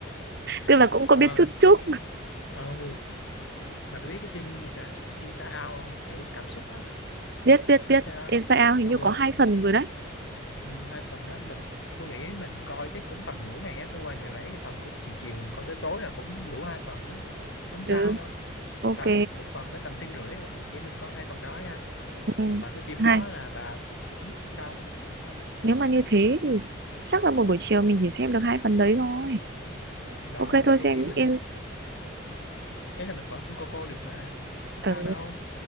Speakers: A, on the right; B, on the left.
A: tức
B: <laughs>
A: là cũng có
B: ờ
A: biết chút chút
B: ừ bà có biết cái phim gì ta Inside Out không kiểu cảm xúc á
A: <laughs> biết biết biết
B: Inside Out
A: Inside Out hình
B: ừ,
A: như có hai
B: ừ.
A: phần rồi đấy
B: ừ, hai phần đó mình tôi nghĩ mình coi chắc cũng tầm nửa ngày á tôi qua nhà bảy thì tầm cũng chiều chiều mình coi tới tối là cũng đủ hai phần đó không sao
A: ừ
B: đâu
A: ok
B: tầm một phần có tầm tiếng rưỡi à. chỉ mình coi hai phần đó nha
A: ừ.
B: mà cái phim đó
A: hai
B: là bà ừ, sao
A: nếu mà như thế thì chắc là một buổi chiều mình chỉ xem được hai phần đấy thôi
B: đâu
A: ok thôi
B: tôi
A: xem
B: nghĩ mình
A: in
B: ấy là mình vẫn xem cô cô được mà có sao
A: ừ
B: đâu